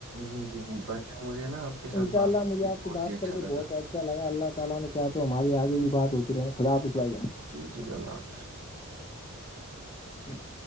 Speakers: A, on the right; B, on the left.
A: جی جی بھجن مجھے نا آپ کے ساتھ
B: انشاء
A: بات
B: اللہ
A: کرے
B: مجھے آپ
A: بہت
B: سے بات
A: ہی اچھا
B: کر کے
A: لگا
B: بہت اللہ تعالی نے کیا تو ہماری اگے بھی بات اتر رہے ہیں خدا حافظ بھائی
A: جی جی اللہ حافظ
B: جٹھ